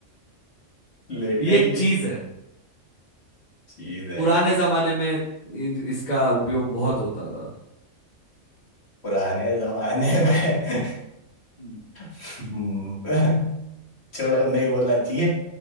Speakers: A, on the left; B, on the left.
A: लेटे
B: ये एक
A: ही
B: चीज है
A: चीज है
B: पुराने जमाने में इन- इसका उपयोग बहुत होता था
A: पुराने जमाने में
B: हम्म।
A: हम्म, छोड़ो नहीं बोलना चाहिए